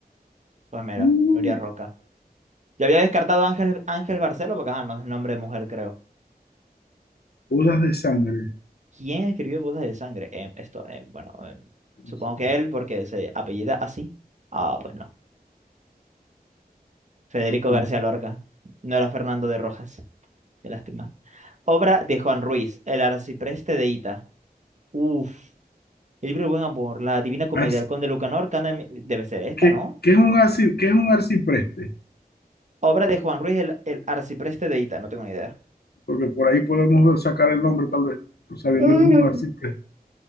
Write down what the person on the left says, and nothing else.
Mm,
Bodas de sangre.
No sé,
tam-
arci-
¿Qué,
qué es un arci, qué es un arcipreste?
Porque por ahí podemos ver- sacar el nombre tal vez, pues, sabiendo
que es un arcipreste.